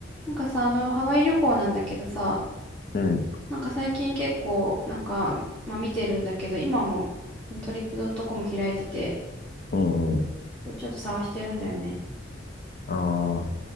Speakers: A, in the centre; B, on the left (about 45°).
A: なんかさ、あの、ハワイ旅行なんだけどさ、
B: うん、
A: なんか最近結構、なんか、まあ見てるんだけど、今もトリップドットコム開いてて、
B: うんうん。
A: ちょっと探してるんだよね。
B: ああ、